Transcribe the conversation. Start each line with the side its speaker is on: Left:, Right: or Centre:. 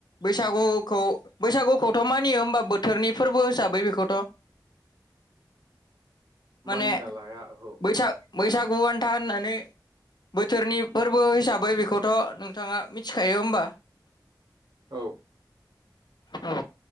Left: बैसागुखौ बैसागुखौथ मानियो होमबा बोथोरनि फोरबो हिसाबै बेखौथ माने
Right: मानिना लाया अहो।
Left: बैसाग बैसागु आन्था होननानै बोथ फोरनि फोरबो हिसाबै बेखौथ नोंथाङा मिथिखायो होमबा?
Right: औ।
Left: औ